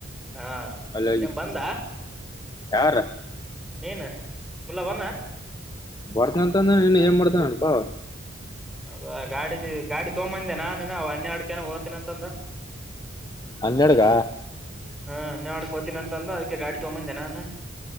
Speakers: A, in the centre; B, on the left.
A: ಹಾ
B: ಅಲ್ಲಿ.
A: ಏನ್ ಬಂದ
B: ಯಾರ
A: ನೀನು ಮುಲ್ಲ ಬನ್ನ.
B: ಬರ್ತನ ಅಂದ್ರೆ ನೀನು ಏ ಮಾಡ್ತವ ಅನ್ಪ.
A: ಅದ ಗಾಡಿ ಗಾಡಿ ತಗೊಬಂದೆ ನಾನು ಅವ ಹನ್ನಎರಡು ಜನ ಹೋಗ್ತೀನ ಅಂತಂದ.
B: ಹನ್ನಡುಗ.
A: ಹಾ ಎಣ್ಣೆ ಹೊಡಿಯೋಕೆ ಹೋಗ್ತೀನಿ ಅಂತ ಅಂದ ಅದಕ್ಕೆ ಗಾಡಿ ತಗೊಂಬಂದೆ ನಾನು.